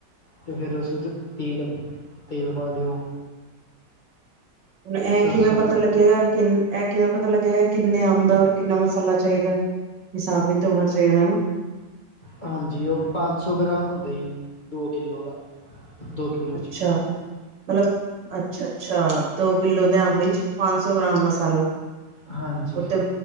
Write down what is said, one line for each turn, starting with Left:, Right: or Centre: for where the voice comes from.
Left: ਤੇ ਫਿਰ ਉਸ ਠੀਕ ਹੈ ਤੇਲ ਪਾ ਦਿਓ।
Right: ਹੁਣ ਇਹ
Left: ਸਰਸੋਂ
Right: ਕਿਵੇਂ ਪਤਾ
Left: ਦਾ
Right: ਲੱਗੇਗਾ ਕਿੰਨਾ। ਇਹ ਕਿਵੇਂ ਪਤਾ ਲੱਗੇਗਾ ਕਿੰਨੇ ਅੰਬ ਹੈ ਔਰ ਕਿੰਨਾ ਮਸਾਲਾ ਚਾਹੀਦਾ ਹਿਸਾਬ ਵੀ ਹੋਣਾ ਚਾਹੀਦਾ ਹਨਾ।
Left: ਹਾਂਜੀ, ਉਹ ਪੰਜ ਸੌ ਗ੍ਰਾਮ ਹੁੰਦਾ ਜੀ ਦੋ ਕਿੱਲੋ ਦਾ ਦੋ। ਕਿੱਲੋ
Right: ਅੱਛਾ
Left: 'ਚ
Right: ਮਤਲਬ ਅੱਛਾ ਅੱਛਾ, ਦੋ ਕਿੱਲੋ ਦੇ ਅੰਬ ਚ ਪੰਜ ਸੌ ਗ੍ਰਾਮ ਮਸਾਲਾ
Left: ਹਾਂਜੀ
Right: ਉਹ ਤੇ